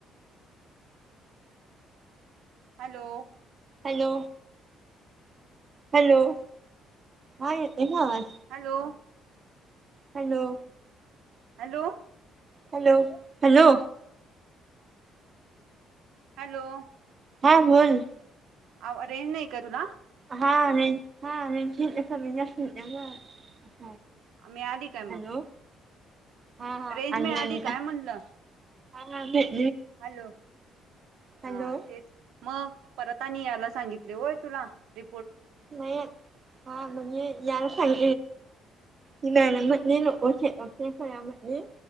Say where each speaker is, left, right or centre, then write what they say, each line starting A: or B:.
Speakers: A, on the right; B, on the right.
A: Hello!
B: Hello, hello का ते आवाज
A: hello
B: hello!
A: Hello!
B: Hello, hello!
A: Hello!
B: हा बोल.
A: आ, रेंज नाही काय तुला?
B: हा रे हा रेंज <unintelligible>
A: आम्मि आली काय
B: हॅलो
A: मग?
B: हा हा
A: रेंज
B: आली
A: मिळाली
B: आली
A: काय म्हणलं?
B: हा ना ते
A: हॅलो
B: हॅलो
A: हा, तेच मग? परत आणि यायला सांगितले होय तुला? दी
B: नाही, हा म्हणजे यायला सांग ती मॅडम म्हणली नको शिकवते सगळ्यांबर मी